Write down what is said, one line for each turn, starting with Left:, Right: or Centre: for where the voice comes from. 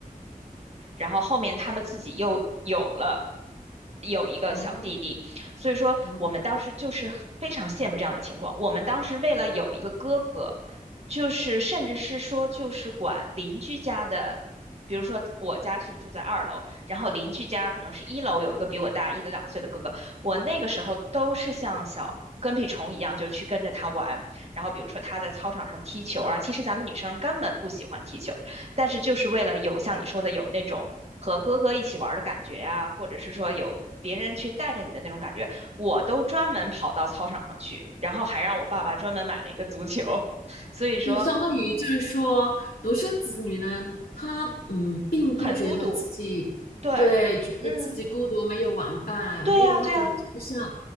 Right: 然后后面他们自己又有了有一个小弟弟，
Left: 哦
Right: 所以说我们当时就是非常羡慕这样的情况。
Left: 哦，
Right: 我们当时为了有一个哥哥，就是甚至是说就是管邻居家的。比如说，我家是住在二楼，然后邻居家可能是一楼有一个比我大一两岁的哥哥，我那个时候都是像小跟屁虫一样，就去跟着他玩。然后比如说他在操场上踢球啊，其实咱们女生根本不喜欢踢球，但是就是为了有像你说的有那种和哥哥一起玩的感觉呀、或者是说有别人去带着你的那种感觉，我都专门跑到操场上去，然后还让我爸爸专门买了一个足球，<laughs> 所以说
Left: 就相当于就是说，独生子女呢，他嗯，并不觉得自己对，
Right: 很孤独。对，
Left: 觉得自己孤独，
Right: 嗯，
Left: 没有玩伴，
Right: 对呀，
Left: 没有那种就是像，
Right: 对呀，